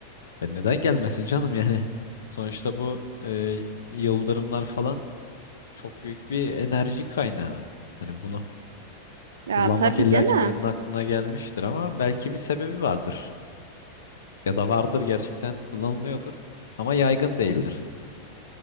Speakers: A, on the left; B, on the right.
A: Ya neden gelmesin canım yani? Sonuçta bu e, yıldırımlar falan çok büyük bir enerji kaynağı. Hani bunu
B: Ya
A: kullanmak
B: tabii
A: illaki
B: canım.
A: birinin aklına gelmiştir ama belki bir sebebi vardır. Ya da vardır gerçekten kullanılıyordur. Ama yaygın değildir.